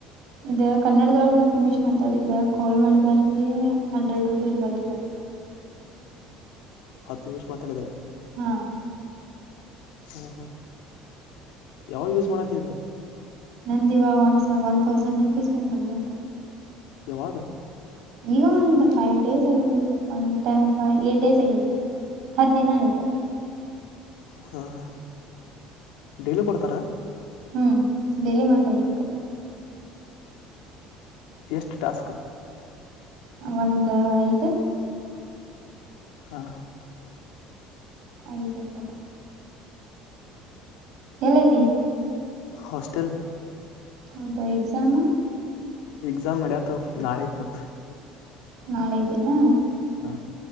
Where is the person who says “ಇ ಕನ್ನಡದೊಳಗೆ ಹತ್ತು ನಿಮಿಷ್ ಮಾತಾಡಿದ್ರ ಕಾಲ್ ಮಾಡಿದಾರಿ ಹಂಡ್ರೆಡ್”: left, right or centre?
Right